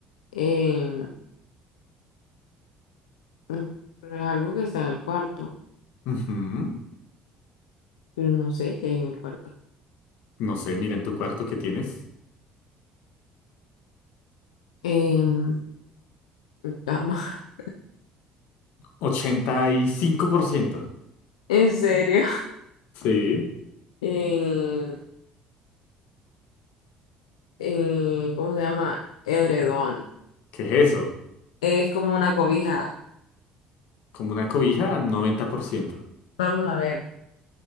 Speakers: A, on the left (about 85°); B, on the left (about 70°).
A: Em, mm, pero es algo que está en el cuarto,
B: Ujú.
A: pero no sé qué hay en el cuarto.
B: No sé, mira en tu cuarto que tienes.
A: Em, cama. <laughs>
B: 85%.
A: En serio.
B: Sí,
A: Em, em, ¿cómo se llama? Edredón.
B: ¿qué es eso?
A: Es como una cobija.
B: Como una cobija, 90%.
A: Vamos a ver.